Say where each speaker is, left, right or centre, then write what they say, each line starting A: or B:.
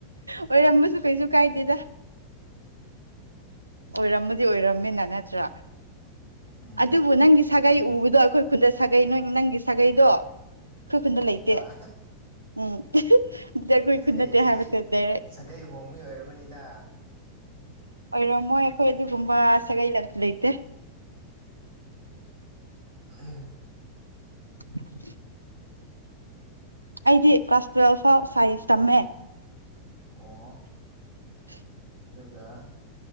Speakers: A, on the right (about 80°); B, on the right (about 60°).
A: ꯑꯣꯏꯔꯝꯕꯁꯨ ꯀꯩꯁꯨ ꯀꯥꯏꯗꯦꯗ ꯑꯣꯏꯔꯝꯃꯗꯤ ꯑꯣꯏꯔꯝꯃꯤꯅ ꯅꯠꯇ꯭ꯔꯥ
B: ꯎꯝ
A: ꯑꯗꯨꯕꯨ ꯅꯪꯒꯤ
B: ꯑꯣꯏꯔꯝꯃꯗꯤ
A: ꯁꯥꯒꯩ ꯎꯕꯗꯣ ꯑꯩꯈꯣꯏ ꯈꯨꯟꯗ ꯁꯥꯒꯩ ꯅꯣꯏ ꯅꯪꯒꯤ ꯁꯥꯒꯩꯗꯣ ꯑꯩꯈꯣꯏ ꯈꯨꯟꯗ ꯂꯩꯇꯦ
B: ꯂꯩꯇꯕ
A: ꯎꯝ ꯑꯗꯨꯗꯤ ꯑꯩꯈꯣꯏ
B: ꯁꯥꯒꯩ
A: ꯈꯨꯟ ꯅꯠꯇꯦ
B: ꯁꯥꯒꯩ
A: ꯍꯥꯏꯕꯁꯦ ꯗꯥꯏꯔꯦꯛ
B: ꯁꯥꯒꯩ ꯍꯣꯕꯒꯤ ꯑꯣꯏꯔꯕꯔꯕꯅꯤꯅ
A: ꯑꯣꯏꯔꯝꯃꯣꯏ ꯑꯩꯈꯣꯏ ꯑꯗꯨꯒꯨꯝꯕ ꯁꯒꯩ ꯂꯩꯇꯦ
B: ꯑꯦ
A: <inaudible> ꯑꯩꯗꯤ ꯀ꯭ꯂꯥꯁ ꯇꯨꯋꯦꯜꯐ ꯐꯥꯎ ꯁꯥꯏꯟꯁ ꯇꯝꯃꯦ
B: ꯑꯣ
A: <inaudible>
B: ꯑꯗꯨꯒ